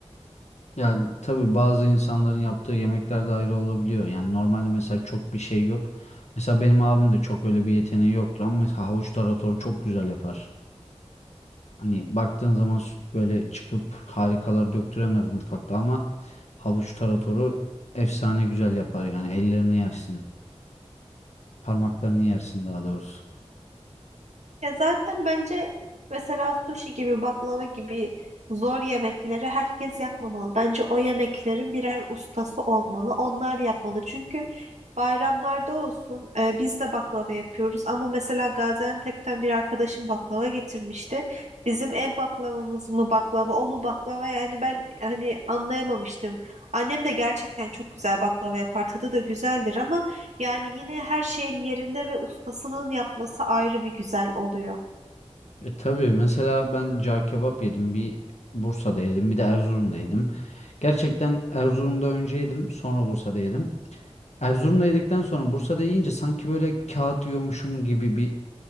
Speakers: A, on the left; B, on the right.
A: Yani tabii bazı insanların yaptığı yemekler de ayrı olabiliyor. Yani normalde mesela çok bir şey yok. Mesela benim abim de çok öyle bir yeteneği yoktur ama mesela havuç taratoru çok güzel yapar. Hani baktığın zaman sü- böyle çıkıp harikalar döktüremez mutfakta ama havuç taratoru efsane güzel yapar yani ellerini yersin. Parmaklarını yersin daha doğrusu.
B: Ya zaten bence mesela sushi gibi baklava gibi zor yemekleri herkes yapmamalı. Bence o yemeklerin birer ustası olmalı. Onlar yapmalı. Çünkü bayramlarda olsun e, biz de baklava yapıyoruz. Ama mesela Gaziantep'ten bir arkadaşım baklava getirmişti. Bizim ev baklavamız mı baklava o mu baklava yani ben hani anlayamamıştım. Annem de gerçekten çok güzel baklava yapar. Tadı da güzeldir ama yani yine her şeyin yerinde ve ustasının yapması ayrı bir güzel oluyor.
A: E tabii mesela ben car kebap yedim. Bir Bursa'da yedim. Bir de Erzurum'da yedim. Gerçekten Erzurum'da önce yedim. Sonra Bursa'da yedim. Erzurum'da yedikten sonra Bursa'da yiyince sanki böyle kağıt yiyormuşum gibi bir